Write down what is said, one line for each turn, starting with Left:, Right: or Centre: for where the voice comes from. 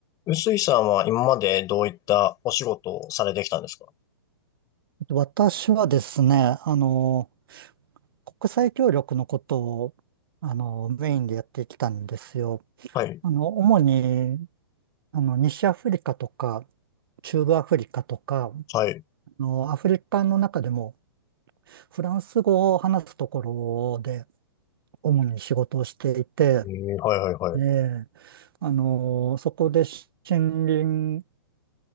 Left: 臼井さんは今までどういったお仕事をされてきたんですか
Right: 私はですね、あの、国際協力のことを、あの、メインでやってきたんですよ。
Left: はい、
Right: あの、主に、あの、西アフリカとか、中部アフリカとか、
Left: はい、
Right: あの、アフリカの中でも、フランス語を話すところで、主に仕事をしていて、
Left: えー、はい、はい、はい、
Right: ええあの、そこで森林